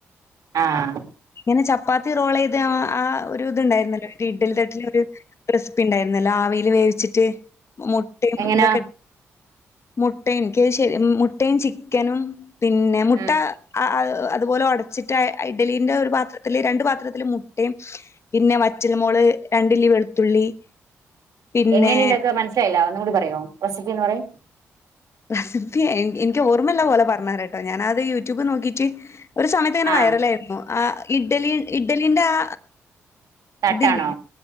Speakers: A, on the right; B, on the left.
A: ആഹ്
B: ഇങ്ങനെ ചപ്പാത്തി റോൾ ചെയ്ത് ആ ഒരു ഇത്ണ്ടായിരുന്നല്ലോ ഒരു ഇഡലി തട്ടില് ഒരു റെസ് സിപി ഉണ്ടായിരുന്നല്ലോ ആവിൽ വേവിച്ചിട്ട് മുട്ടയും
A: എങ്ങനാ
B: ഇതൊക്കെ മുട്ടയും എനിക്ക് ശരി മുട്ടയും ചിക്കനും പിന്നെ മുട്ട
A: ഉം
B: അ അ അതുപോലെ ഒടച്ചിട്ട് അഹ് ഇഡലീന്റെ ഒരു പാത്ര ത്തില് രണ്ട് പാത്രത്തില് മുട്ടിം പിന്നെ വറ്റൽ മൊള് രണ്ടില്ലി വെളുത്തുള്ളി പിന്നെ
A: എങ്ങനെ ഇണ്ടാക്കാ മനസ്സിലായില്ലാ ഒന്നുംകൂടി പറയോ. റസിപ്പി ഒന്ന് പറയ്.
B: റെസിപ്പി ഇൻ ഇൻക്ക് ഓർമ്മല്ല പോലെ പറഞ്ഞരാ ട്ടോ. ഞാനത് യൂട്യൂബ് നോക്കീറ്റ് ഒരു സമയത്ത് ഇങ്ങനെ
A: ആഹ്
B: വൈറലായിരുന്നു. ആ ഇഡ്ഡലി ഇഡ്ഡലിന്റെ ആ
A: തട്ടാണോ
B: ഇതില്ലേ